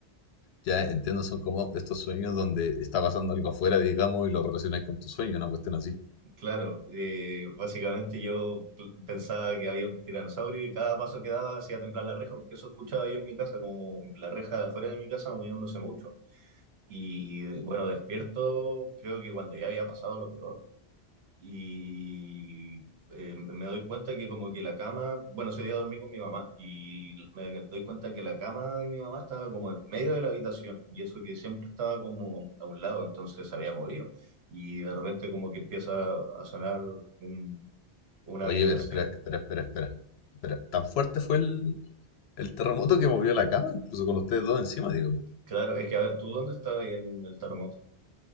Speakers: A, on the left; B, on the right.
A: ya entiendo, son como estos sueños donde está pasando algo afuera, digamos, y lo relacionas con tu sueño, una cuestión así.
B: Claro, eh, básicamente yo pl- pensaba que había un tiranosaurio y cada paso que daba hacía temblar la reja, porque eso escuchaba yo en mi casa, como la reja de afuera de mi casa moviéndose mucho. Y bueno, despierto, creo que cuando ya había pasado lo peor. y eh, me doy cuenta que como que la cama, bueno, ese día dormí con mi mamá y me doy cuenta que la cama de mi mamá estaba como en medio de la habitación y eso que siempre estaba como a un lado, entonces se había movido y de repente como que empieza a sonar un- una
A: Oye,
B: vibración.
A: pero espera, espera, espera, espera. Espera, ¿tan fuerte fue el, El terremoto que movió la cama, incluso con ustedes dos encima, digo.
B: Claro, es que a ver, ¿tú dónde estabas ahí en el terremoto?